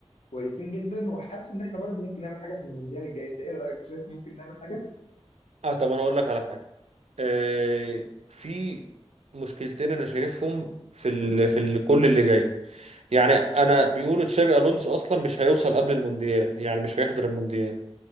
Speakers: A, on the left; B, on the right.
A: كويسين جدا وحاسس ان احنا برضه ممكن نعمل حاجه في المونديال الجاي انت ايه رايك شايف ممكن نعمل حاجه؟
B: اه طب انا اقول لك على حاجه آه في مشكلتين انا شايفهم في ال... في ال... كل اللي جاي يعني انا بيقولوا تشابي الونسو اصلا مش هيوصل قبل المونديال يعني مش هيحضر المونديال